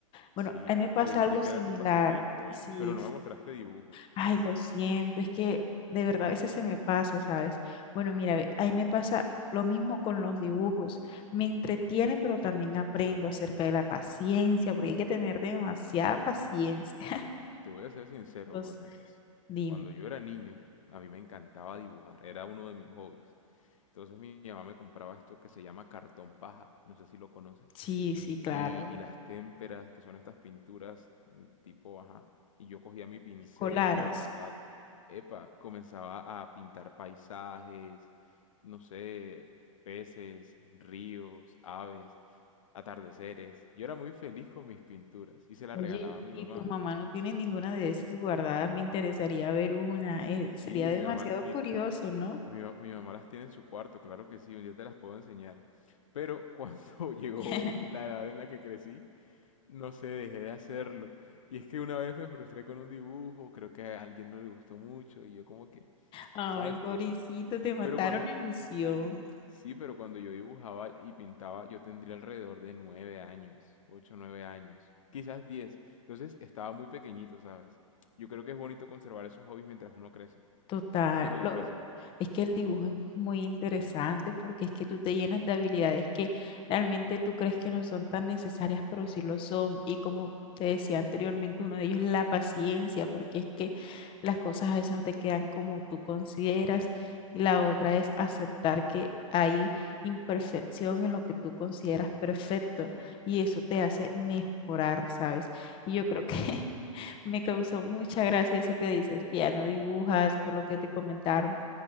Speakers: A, on the left (about 30°); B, on the left (about 70°).
A: Bueno,
B: Sí,
A: a mí me pasa
B: me dijiste
A: algo
B: que
A: similar.
B: era tu pasatiempo, oye,
A: Sí,
B: pero no me mostraste dibujos.
A: Ay, lo siento, es que de verdad a veces se me pasa, ¿sabes? Bueno, mira, ve, ahí me pasa lo mismo con los dibujos. Me entretiene, pero también aprendo acerca de la paciencia, porque hay que tener demasiada paciencia. <laughs>
B: Te voy a ser sincero,
A: Pues,
B: Doranis.
A: dime.
B: Cuando yo era niño, a mí me encantaba dibujar, era uno de mis hobbies. Entonces mi mamá me compraba esto que se llama cartón paja, no sé si lo conoces,
A: Sí, sí, claro.
B: y, y las témperas, que son estas pinturas mm, tipo, ajá, y yo cogía mi pincel
A: Escolares.
B: y comenzaba, epa, comenzaba a pintar paisajes, no sé, peces, ríos, aves, atardeceres. Yo era muy feliz con mis pinturas y se las
A: Oye,
B: regalaba a mi
A: ¿y
B: mamá.
A: tu mamá no tiene ninguna de esas guardadas? Me interesaría ver una. eh,
B: Sí,
A: sería demasiado
B: mi mamá, mi,
A: curioso, ¿no?
B: Mi, ma- mi mamá las tiene en su cuarto, claro que sí, un día te las puedo enseñar. Pero cuando <laughs> llegó
A: <laughs>
B: la edad en la que crecí, no sé, dejé de hacerlo. Y es que una vez me frustré con un dibujo, creo que a alguien no le gustó mucho y yo como que,
A: Ay,
B: ¿sabes
A: pobrecito,
B: qué?
A: te mataron
B: Pero cuando,
A: la ilusión.
B: sí, pero cuando yo dibujaba y pintaba, yo tendría alrededor de nueve años, ocho, nueve años, quizás diez. Entonces estaba muy pequeñito, ¿sabes? Yo creo que es bonito conservar esos hobbies mientras uno crece,
A: Total,
B: pero difícil.
A: lo- es que el dibujo es muy interesante porque es que tú te llenas de habilidades que realmente tú crees que no son tan necesarias, pero sí lo son. Y como te decía anteriormente, uno de ellos es la paciencia, porque es que las cosas a veces no te quedan como tú consideras. Y la otra es aceptar que hay imperfección en lo que tú consideras perfecto y eso te hace mejorar, ¿sabes? Y yo creo que <laughs> Me causó mucha gracia eso que dices, que ya no dibujas por lo que te comentaron,